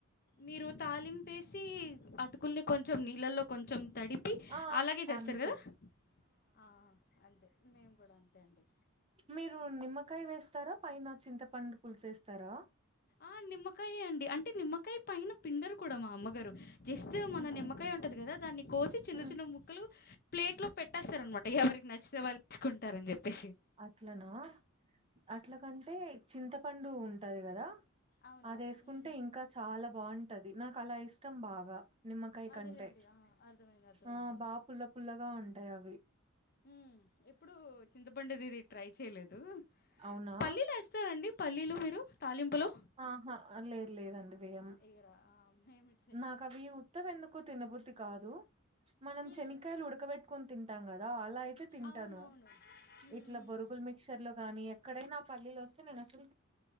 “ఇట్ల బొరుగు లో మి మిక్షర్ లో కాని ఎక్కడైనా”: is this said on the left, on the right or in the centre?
Right